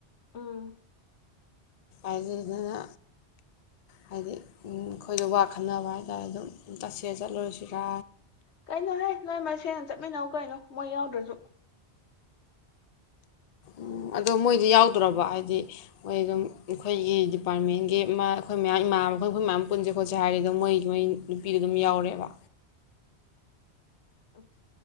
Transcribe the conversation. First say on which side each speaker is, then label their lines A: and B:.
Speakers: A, on the left; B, on the left.
A: ꯎꯝ
B: ꯑꯗꯨꯗꯅ ꯍꯥꯏꯗꯤ ꯑꯩꯈꯣꯏꯗ ꯋꯥ ꯈꯟꯅꯕ ꯍꯥꯏꯇꯥꯔꯦ ꯑꯗꯨꯝ ꯇꯠꯁꯦ ꯆꯠꯂꯨꯔꯁꯤꯔꯥ
A: ꯀꯩꯅꯣꯍ ꯅꯣꯏ ꯃꯁꯦꯡꯅ ꯆꯠꯃꯤꯟꯅꯧ ꯀꯩꯅꯣ ꯃꯣꯏ ꯌꯥꯎꯗ꯭ꯔꯁꯨ
B: ꯎꯝ ꯑꯗꯣ ꯃꯣꯏꯗꯤ ꯌꯥꯎꯗ꯭ꯔꯕ ꯍꯥꯏꯗꯤ ꯃꯣꯏ ꯑꯗꯨꯝ ꯑꯩꯈꯣꯏꯒꯤ ꯗꯤꯄꯥꯔꯠꯃꯦꯟꯒꯤ ꯃꯥ ꯑꯩꯈꯣꯏ ꯃꯌꯥꯝ ꯏꯃꯥꯕꯣꯏ ꯑꯩꯈꯣꯏ ꯃꯌꯥꯝ ꯄꯨꯟꯁꯦ ꯈꯣꯠꯁꯦ ꯍꯥꯏꯔꯗꯤꯗꯣ ꯃꯣꯏꯒꯤ ꯃꯣꯏ ꯅꯨꯄꯤꯗ ꯑꯗꯨꯝ ꯌꯥꯎꯔꯦꯕ
A: ꯎꯝ